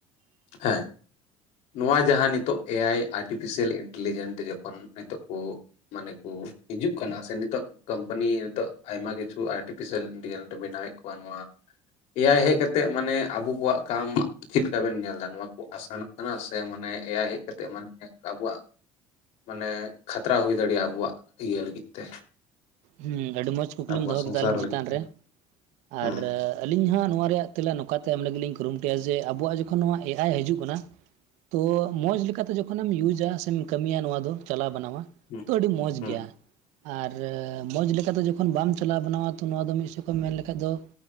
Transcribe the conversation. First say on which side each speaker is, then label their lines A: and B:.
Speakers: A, on the left; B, on the right.
A: ᱦᱮᱸ, ᱱᱚᱣᱟ ᱡᱟᱦᱟᱸ ᱱᱤᱛᱚᱜ ᱮ ᱟᱭ ᱟᱨᱴᱤᱯᱷᱮᱥᱤᱭᱟᱞ ᱤᱱᱴᱮᱞᱤᱡᱮᱱᱴ ᱛᱮ ᱡᱚᱠᱷᱚᱱ ᱱᱤᱛᱚᱜ ᱠᱚ, ᱢᱟᱱᱮ ᱠᱚ ᱦᱤᱡᱩᱜ ᱠᱟᱱᱟ ᱥᱮ ᱱᱤᱛᱚᱜ ᱠᱳᱢᱯᱟᱱᱤ ᱱᱤᱛᱚᱜ ᱟᱭᱢᱟ ᱠᱤᱪᱷᱩ ᱟᱨᱴᱤ, ᱚᱯᱷᱤᱥᱟᱞ ᱤᱱᱴᱤᱞᱤᱡᱮᱱᱰ ᱮ ᱵᱮᱱᱟᱣᱮᱫ ᱠᱚᱣᱟ, ᱱᱚᱣᱟ ᱮᱭᱟᱭ ᱦᱮᱡ ᱠᱟᱛᱮᱜ ᱢᱟᱱᱮ ᱟᱵᱚ ᱠᱚᱣᱟᱜ ᱠᱟᱢ, ᱪᱮᱫ ᱞᱮᱠᱟ ᱵᱮᱱ ᱧᱮᱞ ᱮᱫᱟ ᱱᱚᱣᱟ ᱠᱚ ᱟᱥᱟᱱᱚᱜ ᱠᱟᱱᱟ ᱥᱮ ᱢᱟᱱᱮ ᱮᱭᱟᱭ ᱦᱮᱡ ᱠᱟᱛᱮ ᱢᱟᱱᱮ ᱟᱵᱚᱣᱟᱜ, ᱢᱟᱱᱮ ᱠᱷᱟᱛᱨᱟ ᱦᱩᱭ ᱫᱟᱲᱮᱭᱟᱜᱼᱟ ᱟᱵᱚᱣᱟᱜ ᱤᱭᱟᱹ ᱞᱟᱹᱜᱤᱫ ᱛᱮ?
B: ᱦᱩᱸ ᱟᱹᱰᱤ ᱢᱚᱸᱡᱽ ᱠᱩᱠᱞᱤᱢ
A: ᱟᱵᱚᱣᱟᱜ
B: ᱫᱚᱦᱚ
A: ᱥᱚᱝᱥᱟᱨ
B: ᱠᱮᱫᱟ ᱟᱹᱞᱤᱧ ᱪᱮᱛᱟᱱ
A: ᱞᱟᱹᱜᱤᱫ ᱛᱮ
B: ᱨᱮ
A: ᱦᱩᱸ
B: ᱟᱨ ᱟᱹᱞᱤᱧ ᱦᱚᱸ ᱱᱚᱣᱟ ᱨᱮᱭᱟᱜ, ᱛᱮᱞᱟ ᱱᱚᱝᱠᱟᱛᱮ ᱮᱢ ᱞᱟᱹᱜᱤᱫ ᱞᱤᱧ ᱠᱩᱨᱩᱢᱩᱴᱩᱭᱟ ᱡᱮ ᱟᱵᱚᱣᱟᱜ ᱡᱚᱠᱷᱚᱱ ᱱᱚᱣᱟ ᱮ ᱟᱭ ᱦᱤᱡᱩᱜ ᱠᱟᱱᱟ᱾ ᱛᱚ ᱢᱚᱸᱡᱽ ᱞᱮᱠᱟᱛᱮ ᱡᱚᱠᱷᱚᱱᱮᱢ ᱤᱭᱩᱡᱟ ᱥᱮᱢ ᱠᱟᱹᱢᱤᱭᱟ ᱱᱚᱣᱟ ᱫᱚ ᱪᱟᱞᱟᱣ ᱵᱟᱱᱟᱣᱟ᱾
A: ᱦᱩᱸ,
B: ᱛᱚ ᱟᱹᱰᱤ ᱢᱚᱡᱽ
A: ᱦᱩᱸ
B: ᱜᱮᱭᱟ ᱟᱨ, ᱢᱚᱡᱽ ᱞᱮᱠᱟᱛᱮ ᱡᱚᱠᱷᱚᱱ ᱵᱟᱢ ᱪᱟᱞᱟᱣ ᱵᱟᱱᱟᱣᱟ ᱛᱚ ᱱᱚᱣᱟ ᱫᱚ ᱢᱤᱫ ᱥᱮᱠᱚᱢ ᱢᱮᱱ ᱞᱮᱠᱷᱟᱡ ᱫᱚ᱾